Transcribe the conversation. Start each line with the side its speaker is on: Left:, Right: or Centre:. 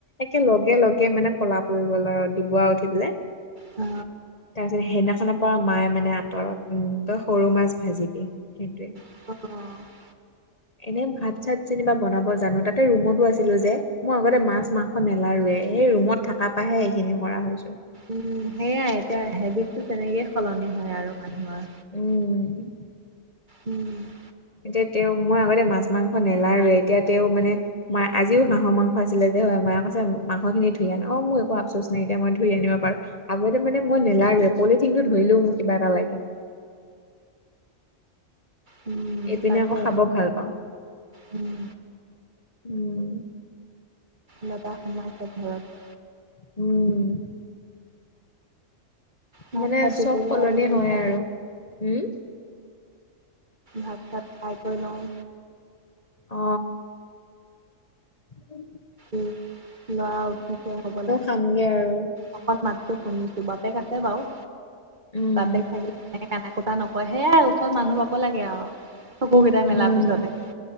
Left: একে লগে লগে মানে ক'লা পৰি গ'ল আৰু ডুবৰা উঠি পেলে।
Right: অ
Left: তাৰপিছত সেইদিনাখনৰ পৰা মায়ে মানে আঁতৰত উম ত সৰু মাছ ভাজি দি সেইটোৱে
Right: অ
Left: এনে ভাত চাত যেনিবা বনাব জানো তাতে ৰুমতো আছিলোঁ যে মই আগতে মাছ মাংস নেলাৰোৱে এই ৰুমত থকা পাহে এইখিনি কৰা হৈছোঁ।
Right: উম সেয়াই এতিয়া হেবিট টো তেনেকে সলনি হয় আৰু মানুহৰ
Left: উম
Right: উম
Left: এতিয়া তেওঁ মই আগতে মাছ মাংস নেলাৰোৱে এতিয়া তেওঁ মানে মা আজিও হাঁহৰ মাংস আছিলে যে হয় মায়ে কছে মাংস খিনি ধুই আন অ মোৰ একো আপচোচ নাই এতিয়া মই ধুই আনিব পাৰোঁ। আগতে মানে মই নেলাৰোৱে পলিথিন টো ধৰিলেও মোৰ কিবা এটা লাগে।
Right: উম
Left: এইপিনে
Right: তাকে
Left: আকৌ খাব ভাল পাওঁ
Right: উম
Left: উম।
Right: লতা খুমাইছে ঘৰত
Left: উম
Right: ভাত
Left: মানে
Right: চাত দিবগে
Left: চব সলনি
Right: লাগিব
Left: হয়
Right: এতিয়া
Left: আৰু উম।
Right: ভাত চাত খাই কৰি লওঁ।
Left: অ উ
Right: উ ল'ৰা উঠিছে হ'ব লা
Left: পামগে আৰু
Right: অকন মাত তো শুনিছো বাপেক আছে বাৰু
Left: উম
Right: বাপেক থাকিলে এনেকে কথা নকয় সেইয়া ওচৰত মানুহ পাব লাগে আৰু চকু কেইটা
Left: উম
Right: মেলাৰ পিছতে